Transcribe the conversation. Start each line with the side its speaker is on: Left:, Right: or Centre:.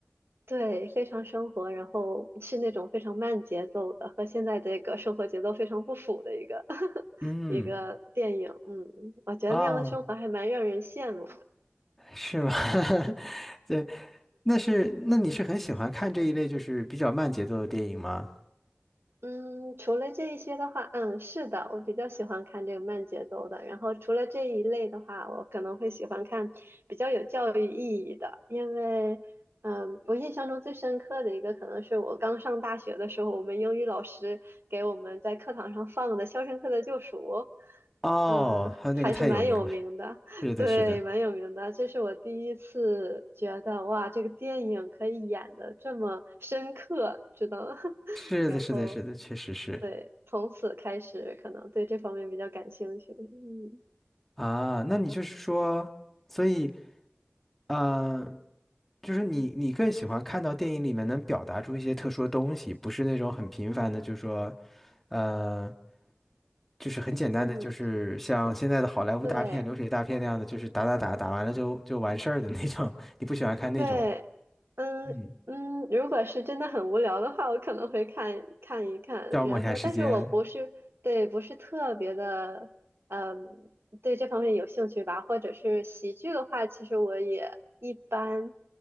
Right: 对，非常生活，然后是那种非常慢节奏的，和现在这个生活节奏非常不符的一个 <laughs>
Centre: 嗯，
Right: 一个电影。嗯，我觉得那样的生活还蛮让人羡慕。
Centre: 哦，是吗？<laughs> 对，那是，那你是很喜欢看这一类就是比较慢节奏的电影吗？
Right: 嗯，除了这一些的话，嗯，是的，我比较喜欢看这个慢节奏的。然后除了这一类的话，我可能会喜欢看比较有教育意义的，因为，嗯，我印象中最深刻的一个可能是我刚上大学的时候，我们英语老师给我们在课堂上放的《肖申克的救赎》，
Centre: 哦，
Right: 嗯，
Centre: 还有那个太有名了，
Right: 还是蛮有名的，<laughs>
Centre: 是的，
Right: 对，
Centre: 是的，
Right: 蛮有名的。这是我第一次觉得，哇，这个电影可以演的这么深刻，知道吗？<laughs>
Centre: 是的，
Right: 然后。
Centre: 是的，是的，确实是
Right: 对，从此开始可能对这方面比较感兴趣。嗯
Centre: 啊。那你就是说，所以，啊。就是你，你更喜欢看到电影里面能表达出一些特殊的东西，不是那种很平凡的，就是说，呃，就是很简单的，
Right: 嗯，
Centre: 就是像现在的好莱坞大片、
Right: 对
Centre: 流水大片那样的，就是打打打打完了就就完事儿的那种。<laughs> 你不喜欢看那种
Right: 对，嗯嗯，
Centre: 嗯，
Right: 如果是真的很无聊的话，我可能会看看一看，
Centre: 消磨一下时间。
Right: 然后，但是我不是对不是特别的，嗯，对这方面有兴趣吧，或者是喜剧的话，其实我也一般，